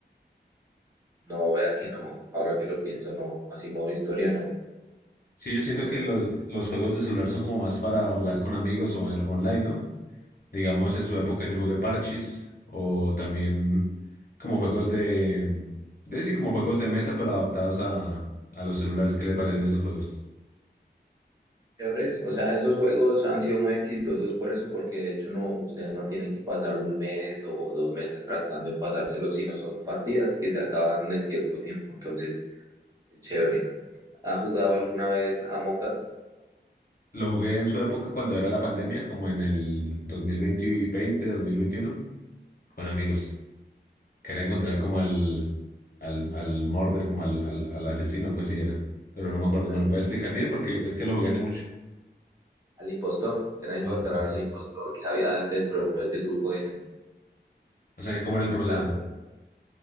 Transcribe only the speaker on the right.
no, vea que no, ahora que lo pienso, no, así modo historia, no.
En el
chéveres. O sea, esos juegos han sido muy exitosos por eso, porque de hecho no, ustedes no tienen que pasar un mes o dos meses tratando de pasárselo, sino son partidas que se acaban en cierto tiempo. Entonces, es chévere. ¿Ha jugado alguna vez Among Us?
Al,
al impostor. Era encontrar
al impostor que había dentro de ese grupo de gente.
Claro,